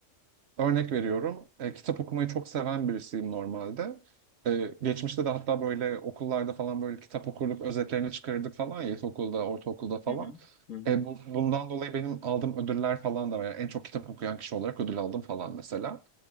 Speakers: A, on the right; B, on the left.
A: Örnek veriyorum. e, kitap okumayı çok seven birisiyim normalde. E, geçmişte de hatta böyle okullarda falan böyle kitap okurduk, özetlerini çıkarırdık falan ya ilkokulda, ortaokulda falan.
B: Hı hı. Hı hı.
A: E, bu- bundan dolayı benim aldığım ödüller falan da var. Yani en çok kitap okuyan kişi olarak ödül aldım falan mesela.